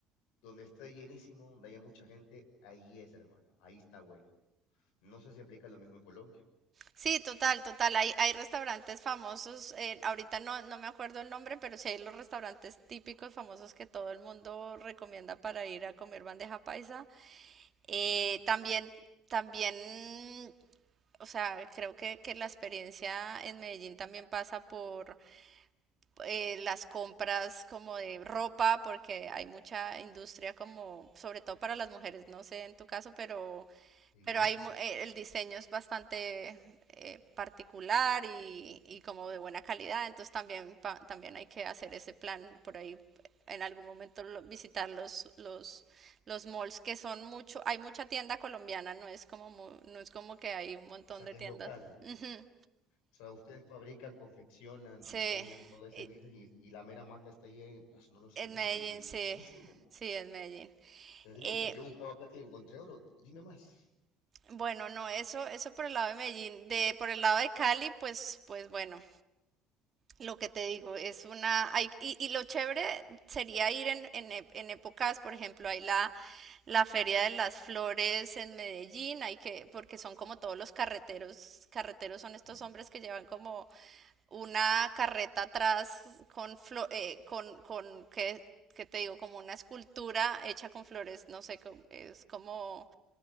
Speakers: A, on the left (about 75°); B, on the right (about 40°).
A: donde esté llenísimo, donde haya mucha gente, ahí es hermano, ahí está bueno. No sé si aplica lo mismo en Colombia.
B: Sí, total, total. Hay, hay restaurantes famosos, eh, ahorita no, no me acuerdo el nombre, pero sí hay los restaurantes típicos famosos que todo el mundo recomienda para ir a comer bandeja paisa. Eh,
A: Ujú,
B: también, también, o sea, creo que, que la experiencia en Medellín también pasa por eh, las compras como de ropa, porque hay mucha industria como, sobre todo para las mujeres, no sé en tu caso, pero,
A: ujú.
B: pero hay, mu- eh, el diseño es bastante eh, particular y, y como de buena calidad, entonces también, pa- también hay que hacer ese plan por ahí. En algún momento lo- visitar los, los, los malls que son mucho, hay mucha tienda colombiana, no es como, mu- no es como que hay un montón
A: O sea,
B: de
A: que
B: tiendas.
A: es local.
B: Ujú,
A: O sea, ustedes fabrican, confeccionan,
B: Sí,
A: diseñan todo ese
B: y,
A: business y, y la mera mata está ahí, en- eso no lo sabía,
B: En Medellín,
A: buenísimo.
B: sí, sí, en Medellín.
A: Te digo
B: Eh,
A: que yo buscaba plata y encontré oro, dime más.
B: bueno, no, eso, eso por el lado de Medellín. De, por el lado de Cali, pues, pues bueno, lo que te digo, es una, hay- y, y lo chévere sería ir en, en, ep- en épocas, por ejemplo, hay la, la Feria de las Flores en Medellín, hay que, porque son como todos los carreteros, carreteros son estos
A: Ujú,
B: hombres que llevan como una carreta atrás con, flo- eh, con, con ¿qué, qué te digo? Como una escultura hecha con flores, no sé, co- es como